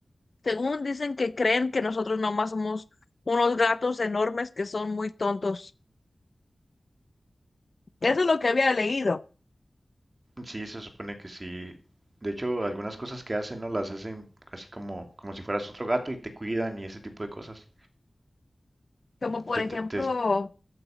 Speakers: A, on the left; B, on the right.
A: Según dicen que creen que nosotros nomás somos unos gatos enormes que son muy tontos. Eso es lo que había leído.
B: sí, se supone que sí. De hecho, algunas cosas que hacen, ¿no? Las hacen casi como, como si fueras otro gato y te cuidan y ese tipo de cosas.
A: Como por
B: Te-
A: ejemplo,
B: te- te-